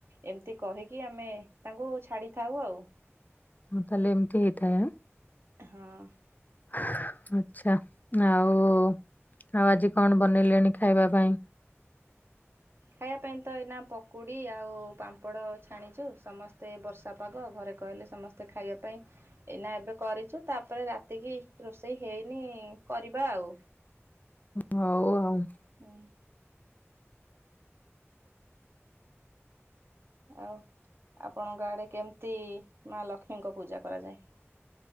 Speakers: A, on the right (about 55°); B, on the left (about 35°).
A: ଏମିତି କହିକି ଆମେ ତାଙ୍କୁ ଛାଡ଼ିଥାଉ ଆଉ।
B: ହଁ ତାହେଲେ ଏମିତି ହେଇଥାଏ ଆଁ।
A: ହଁ।
B: ଆଚ୍ଛା ଆଉ ଆଉ ଆଜି କଣ ବନେଇଲେଣି ଖାଇବା ପାଇଁ?
A: ଖାଇବା ପାଇଁ ତ ଏଇନା ପକୁଡ଼ି ଆଉ ପାମ୍ପଡ଼ ଜାଣିଚୁ ସମସ୍ତେ ବର୍ଷା ପାଗ ଘରେ କହିଲେ ସମସ୍ତେ ଖାଇବା ପାଇଁ। ଏଇନା ଏବେ କରିଚୁ ତାପରେ ରାତିକି ରୋଷେଇ ହେଇନି କରିବା ଆଉ।
B: ହଉ <unintelligible>
A: ହୁଁ। ଆଉ ଆପଣଙ୍କ ଆଡ଼େ କେମିତି ମାଁ ଲକ୍ଷ୍ମୀଙ୍କ ପୂଜା କରାଯାଏ?